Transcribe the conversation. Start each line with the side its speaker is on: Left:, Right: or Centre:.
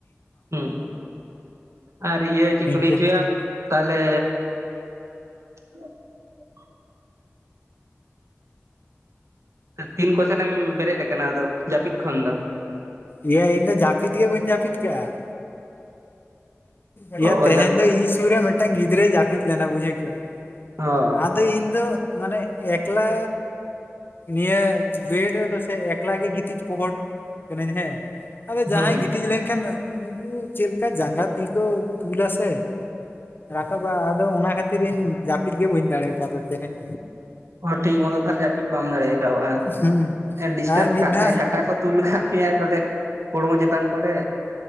Right: ᱦᱩᱸ ᱟᱨ ᱤᱭᱟᱹ ᱪᱮᱫ
Left: ᱱᱤᱝᱠᱟᱹ
Right: ᱠᱚ ᱞᱟᱹᱭ ᱦᱚᱪᱚᱭᱟ ᱛᱟᱦᱚᱞᱮ <unintelligible> ᱛᱤᱱ ᱠᱚᱛᱮᱱᱮᱢ ᱵᱮᱨᱮᱫ ᱟᱠᱟᱱᱟ ᱟᱫᱚ ᱡᱟᱹᱯᱤᱫ ᱠᱷᱚᱱ ᱫᱚ
Left: ᱤᱭᱟᱹ ᱤᱧ ᱫᱚ ᱡᱟᱹᱯᱤᱫ ᱜᱮ ᱵᱟᱹᱧ ᱡᱟᱹᱯᱤᱫ ᱠᱮᱜᱼᱟ ᱮᱭᱟ
Right: ᱚ
Left: ᱛᱮᱦᱮᱧ
Right: ᱡᱟᱹᱯᱤᱫ
Left: ᱫᱚ ᱤᱧ ᱥᱩᱨ ᱨᱮ ᱢᱤᱫᱴᱟᱝ ᱜᱤᱫᱽᱨᱟᱹᱭ ᱡᱟᱹᱯᱤᱫ ᱞᱮᱱᱟ ᱵᱩᱡᱷᱟᱹᱣ ᱠᱮᱭᱟᱢ
Right: ᱦᱚ
Left: ᱟᱫᱚ ᱤᱧ ᱫᱚ ᱢᱟᱱᱮ ᱮᱠᱞᱟ ᱱᱤᱭᱟᱹ ᱵᱮᱴ ᱨᱮᱫᱚ ᱥᱮ ᱮᱠᱞᱟ ᱜᱮ ᱜᱤᱛᱤᱡ ᱯᱚᱦᱚᱲ ᱠᱟᱹᱱᱤᱧ ᱦᱮᱸ ᱟᱫᱚ ᱡᱟᱦᱟᱸᱭ
Right: ᱦᱩᱸ
Left: ᱜᱤᱛᱤᱡ ᱞᱮᱱᱠᱷᱟᱱ ᱩᱱᱠᱩ ᱪᱮᱫ ᱞᱮᱠᱟ ᱡᱟᱸᱜᱟ ᱛᱤ ᱠᱚ ᱫᱩᱞᱟᱥᱮ᱾ ᱨᱟᱠᱟᱵᱟ ᱟᱫᱚ ᱚᱱᱟ ᱠᱷᱟᱹᱛᱤᱨ ᱤᱧ ᱡᱟᱹᱯᱤᱫ ᱜᱮ ᱵᱟᱹᱧ ᱫᱟᱲᱮ ᱠᱟᱣᱫᱟ ᱛᱮᱦᱮᱧ᱾
Right: ᱚ ᱴᱷᱤᱠ ᱢᱚᱛᱚ ᱛᱟᱦᱚᱞᱮ ᱡᱟᱹᱯᱤᱫ ᱵᱟᱢ ᱫᱟᱲᱮᱣ ᱠᱟᱫᱟ
Left: ᱦᱮᱸ
Right: ᱰᱤᱥᱴᱟᱵ
Left: ᱟᱨ ᱢᱤᱫ
Right: ᱠᱟᱜ
Left: ᱫᱷᱟᱣ
Right: ᱢᱮ ᱠᱟᱴᱟ ᱠᱚ᱾ ᱛᱩᱞ ᱟᱠᱟᱫ ᱢᱮᱭᱟᱭ ᱯᱟᱞᱮᱫ ᱦᱚᱲᱢᱚ ᱪᱮᱛᱟᱱ ᱠᱚᱨᱮ